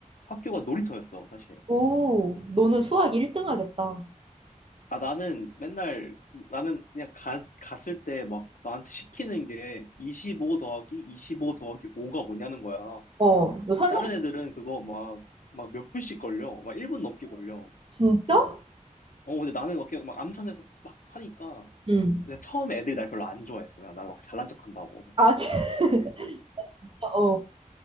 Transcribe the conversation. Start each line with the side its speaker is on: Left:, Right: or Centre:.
Left: 학교가 놀이터였어, 사실.
Right: 오, 너는 수학 1등 하겠다.
Left: 아, 나는 맨날, 나는 그냥 가, 갔을 때 막 나한테 시키는 게 25 더하기 25 더하기 5가 뭐냐는 거야.
Right: 어, 너
Left: 근데
Right: 선생님,
Left: 다른 애들은 그거 막, 막 몇 분씩 걸려. 막 1분 넘게 걸려.
Right: 진짜?
Left: 어, 근데 나는 막 그냥 막 암산해서 막 하니까.
Right: 음.
Left: 근데 처음에 애들이 날 별로 안 좋아했어. 그냥 나막 잘난 척 한다고.
Right: 아, <laughs> 진짜, 어,